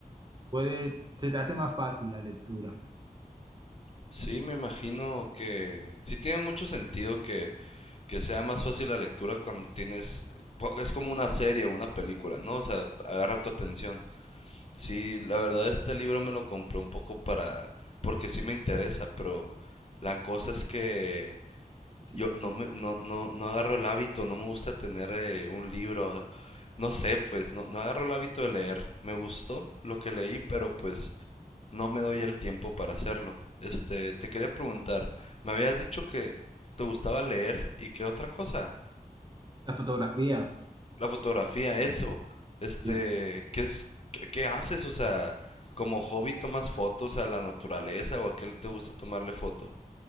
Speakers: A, on the right; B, on the left.
A: puede, se te hace más fácil la lectura.
B: sí, me imagino que sí tiene mucho sentido que, que sea más fácil la lectura cuando tienes... po- Es como una serie o una película, ¿no? O sea, agarra tu atención. Sí, la verdad este libro me lo compré un poco para... porque sí me interesa, pero la cosa es que
A: Sí.
B: yo no me, no, no, no agarro el hábito, no me gusta tener eh, un libro, no sé, pues no, no agarro el hábito de leer. Me gustó lo que leí, pero pues no me doy el tiempo para hacerlo. Este, te quería preguntar, me habías dicho que te gustaba leer y qué otra cosa?
A: La fotografía,
B: la fotografía, eso. Este,
A: sí.
B: ¿qué es, qué, qué haces? O sea, como hobby tomas fotos a la naturaleza o a qué te gusta tomarle foto.